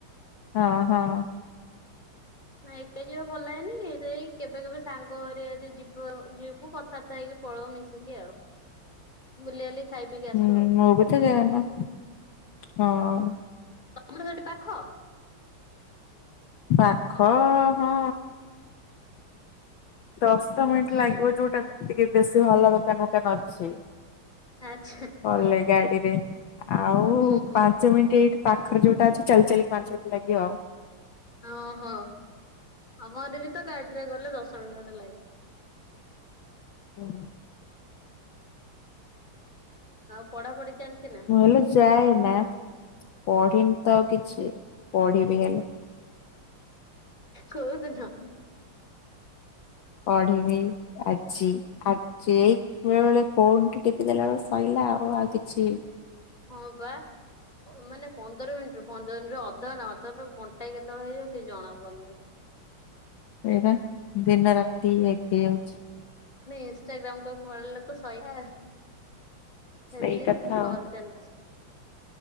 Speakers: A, on the left; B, on the left.
A: ହଁ ହଁ।
B: ନା ଏକା ଯିବାକୁ ଭଲ ଲାଗେନି ସେଇ କେବେ କେବେ ସାଙ୍ଗ ହରିଆ ଯିବ ଯିବୁ କଥାବାର୍ତ୍ତା ହେଇକି ପଳଉ ମିଶିକି ଆଉ। ବୁଲି ଆଲି ଖାଇ ପିଇକି ଆସୁ
A: ହୁଁ
B: ଆଉ
A: ମୁଁବିତ ଯାଏନା ହଁ।
B: ତମର ସେଇଠୁ ପାଖ?
A: ପାଖ ହଁ। ଦଶ ମିନିଟ୍
B: ହୁଁ
A: ଲାଗିବ
B: ହୁଁ
A: ଯୋଉଟା ଟିକେ ବେଶୀ ଭଲ ଦୋକାନ ଫୋକାନ ଅଛି।
B: ଆଚ୍ଛା।
A: ଗଲେ ଗାଡିରେ ଆଉ
B: ହୁଁ ହୁଁ
A: ପାଞ୍ଚ ମିନିଟ ଏଇଠି ପା ଖରେ ଯୋଉଟା ଅଛି ଚାଲି ଚାଲି ପାଞ୍ଚ ମିନିଟ୍ ଲାଗିବ ଆଉ।
B: ଓହୋ ଆମଆଡେ ବି ତ ଗାଡିରେ ଗଲେ ଦଶ ମିନିଟ୍ ଖଣ୍ଡେ ଲାଗେ।
A: ହୁଁ।
B: ଆଉ ପଢା ପଢି ଚାଲିଛି ନା?
A: ମୁଁ ହେଲେ ଯାଏ ନା ପଢିନି ତ ଆଉ କିଛି ପଢିବି ହେଲେ
B: କଉଦିନ?
A: ପଢିବି ଆଜି ଆ ଯେ ବେଳେ ବେଳେ ଫୋନଟି ଟିପି ଦେଲା ବେଳକୁ ସଇଲା ଆଉ କିଛି
B: ହଁ ବା। ମାନେ ପନ୍ଦର ମିନିଟ ରୁ ପନ୍ଦର ମିନିଟରୁୁ ଅଧା ନା ଅଧଘଣ୍ଟା କେତେବେଳେ ହେଇଯିବ କିଛି ଜଣା ପଡୁନି
A: ସେଇବା ଦିନ ରାତି ଏକ ହେଇ ଯାଉଛି।
B: ନେ ଇନଷ୍ଟାଗ୍ରାମ କୁ ପଳେଇଲେ ତ ସଇଲା।
A: ସେଇଟା
B: ରିଇଲିଶି
A: ତ
B: ସ୍କଲ
A: ଆଉ
B: ଚାଲିଛି।